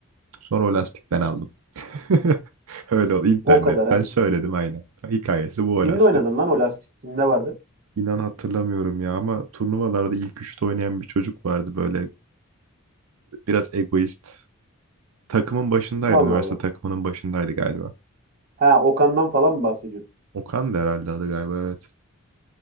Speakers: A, on the right (about 85°); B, on the right (about 45°).
A: Sonra o lastikten aldım. <laughs> Öyle oldu. internetten
B: O kadar ha.
A: söyledim aynen. Hikayesi bu
B: Kimle
A: o lastiğin.
B: oynadın lan o lastik? Kimde vardı?
A: İnan hatırlamıyorum ya ama turnuvalarda ilk üçte oynayan bir çocuk vardı böyle biraz egoist. Takımın başındaydı.
B: Allah
A: Üniversite
B: Allah.
A: takımının başındaydı galiba.
B: Ha Okan'dan falan mı bahsediyorsun?
A: Okan da herhalde adı galiba evet.